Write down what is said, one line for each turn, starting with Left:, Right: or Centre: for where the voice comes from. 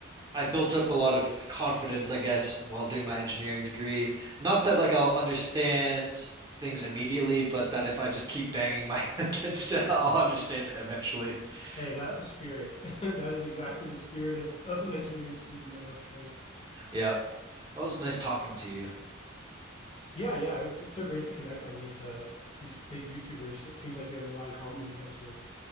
Right: I built up a lot of confidence, I guess, while doing my engineering degree. Not that like I'll understand things immediately, but that if I just keep banging my <laughs> head against it, I'll understand it eventually.
Left: Hey, that's
Right: Uh,
Left: the spirit. <laughs> That is exactly the spirit of of an engineering student, I must say.
Right: yeah. Well, it was nice talking to you.
Left: Yeah, yeah, it's, it's so great to connect on these uh these big YouTubers. It seems like we have a lot in common when it comes to them.